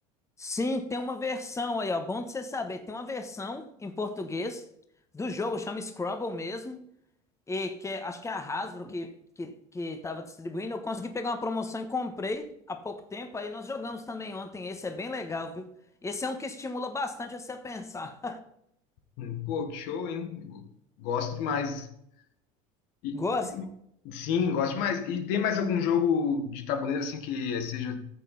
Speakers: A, on the left (about 15°); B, on the left (about 70°).
A: Sim, tem uma versão aí, ó. Bom de você saber. Tem uma versão em português do jogo, chama Scrabble mesmo. E que é- acho que é a Hasbro que, que, que tava distribuindo. Eu consegui pegar uma promoção e comprei há pouco tempo. Aí nós jogamos também ontem. Esse é bem legal, viu? Esse é um que estimula bastante você a pensar.
B: Hum, Pô, que show, hein? Gosto demais. E-
A: <laughs> Gosta?
B: e- sim, gosto demais. E tem mais algum jogo de tabuleiro, assim, que seja